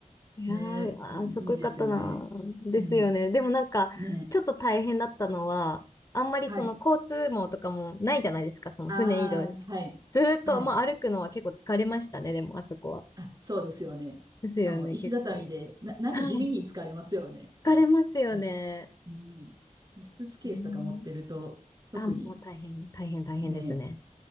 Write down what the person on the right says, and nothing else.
う。ねえ。
いいですよね。
うん。
ねえ。
はい。
ああ、はい。
はい。
<laughs> あ、そうですよね。
しかも石畳で、
な、なんか地味に疲れますよね。
なんか、うん。でスーツケースとか持ってると、
特に
ね、